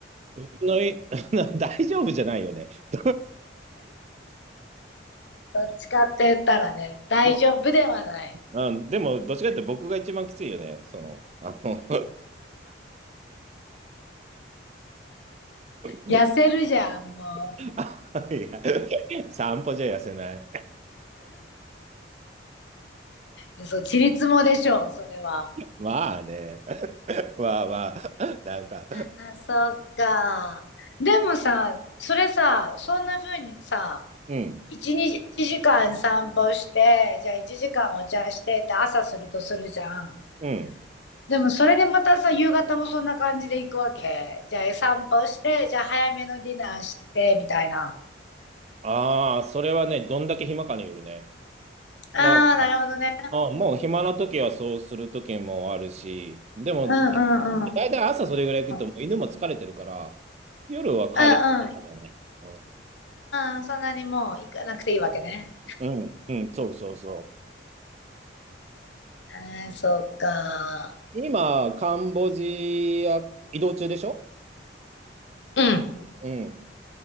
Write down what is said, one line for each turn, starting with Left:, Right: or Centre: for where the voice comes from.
Right: うちのい <laughs>、大丈夫じゃないよね。<laughs>
Left: どっちかって言ったらね、大丈夫ではない。
Right: まあ、うん、でも、どっちかっていうと僕が一番きついよね。その、あの <laughs>
Left: 痩せるじゃん、も
Right: <laughs> いや、散歩じゃ痩せない。
Left: う。<laughs> そう、ちりつもでしょう、それは。
Right: まあね。まあまあ。なんか。
Left: ああ、そっか。でもさ、それさ、そんな風にさ、
Right: うん。
Left: 1、2 1時間散歩して、じゃあ1時間お茶してって朝するとするじゃん。
Right: うん。
Left: でもそれでまたさ、夕方もそんな感じで行くわけ。じゃあ散歩して、じゃあ早めのディナーして、みたいな。
Right: ああ、それはね、どんだけ暇かによるね。
Left: ああ、
Right: だ
Left: なるほどね。
Right: あもう暇な時はそうする時もあるし、でも、
Left: うんうんうん。うん
Right: 大体朝それぐらい行くと、
Left: うん。
Right: もう犬も疲れてるから、夜は軽いからね。
Left: う
Right: うん、
Left: んうん。そんなにもう行かなくていいわけね。
Right: うん、うんそうそうそう。
Left: ああ、そうか。
Right: 今、カンボジア移動中でしょ
Left: うん。
Right: うん。